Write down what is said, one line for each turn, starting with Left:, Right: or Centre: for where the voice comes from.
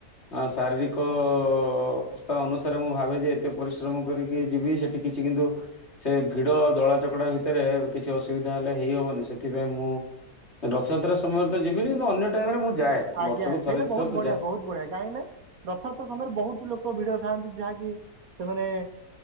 Left: ଆ ଶାରୀରିକ ଅ ଅ ଅବସ୍ଥା ଅନୁସାରେ ମୁଁ ଭାବେ ଯେ ଏତେ ପରିଶ୍ରମ କରିକି ଯିବି ସେଠି କିଛି କିନ୍ତୁ ସେ ଭିଡ ଆଉ ଦଳା ଚକଡା ଭିତରେ କିଛି ଅସୁବିଧା ହେଲେ ହେଇ ହବନି ସେଥିପାଇଁ ମୁଁ ରଥଯାତ୍ରା ସମୟରେ ତ ଯିବିନି କିନ୍ତୁ ଅନ୍ୟ ଟାଇମ ରେ ମୁଁ ଯାଏ
Right: ଆଜ୍ଞା
Left: ବର୍ଷକୁ
Right: ସେଟ୍ଟା
Left: ଥରେ ଦି
Right: ବହୁତ
Left: ଥର ତ
Right: ବଢିଆ
Left: ଯାଏ।
Right: ବହୁତ ବଢିଆ କାହିଁକି ନା ରଥ ଯାତ୍ରା ସମୟରେ ବହୁତ ଲୋକ ଭିଡରେ ଥାଆନ୍ତି ଯାହାକି ସେମାନେ